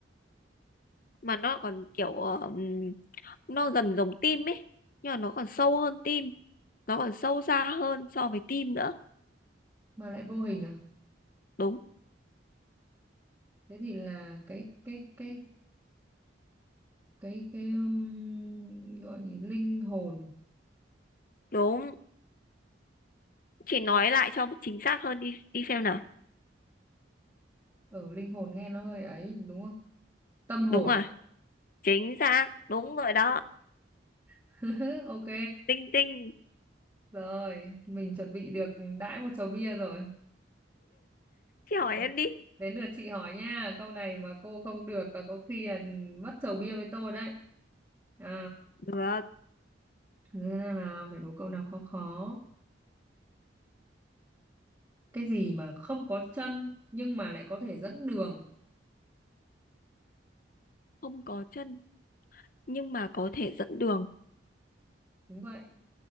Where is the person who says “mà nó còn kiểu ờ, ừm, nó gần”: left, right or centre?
Left